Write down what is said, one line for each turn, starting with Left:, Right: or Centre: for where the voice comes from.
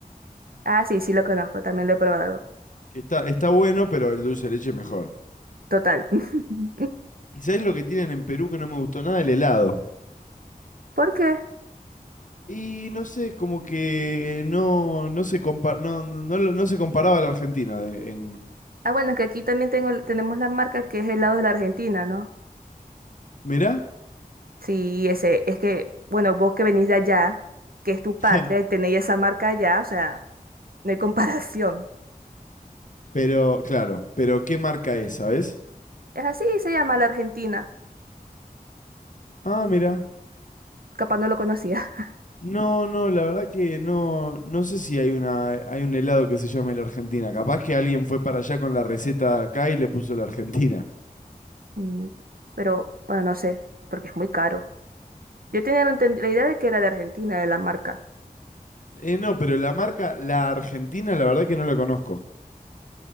Right: Ah, sí, sí lo conozco, también lo he probado.
Left: Que está, está bueno, pero el dulce de leche es mejor.
Right: Total. <laughs>
Left: ¿Y sabes lo que tienen en Perú que no me gustó nada? El helado.
Right: ¿Por qué?
Left: Y no sé, como que no, no se compa- no, no, no lo- no se comparaba al argentino de- en...
Right: Ah, bueno, es que aquí también tengo, tenemos la marca que es helado de la Argentina, ¿no?
Left: ¿Mirá?
Right: Sí, ese, es que, bueno, vos que venís de allá, que es tu patria,
Left: <laughs>
Right: y tenéis esa marca allá, o sea, no hay comparación. <laughs>
Left: Pero, claro, pero ¿qué marca es, sabes?
Right: Es así, se llama la Argentina.
Left: Ah, mira.
Right: Capaz no lo conocía. <laughs>
Left: No, no, la verdad que no, no sé si hay una, hay un helado que se llame la Argentina. Capaz que alguien fue para allá con la receta de acá y le puso la Argentina.
Right: Mm, Pero, bueno, no sé, porque es muy caro. Yo tenía la enten- la idea de que era de Argentina, de la marca.
Left: Eh, no, pero la marca, la Argentina, la verdad que no la conozco.